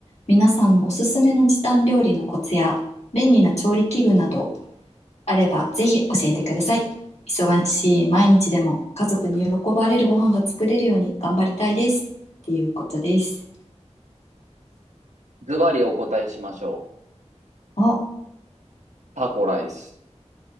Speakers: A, on the left; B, on the right.
A: 皆さんのおすすめの時短料理のコツや便利な調理器具などあればぜひ教えてください。忙しい毎日でも家族に喜ばれるご飯が作れるように頑張りたいです。っていうことです。
B: ズバリお答えしましょう。
A: お、
B: タコライス。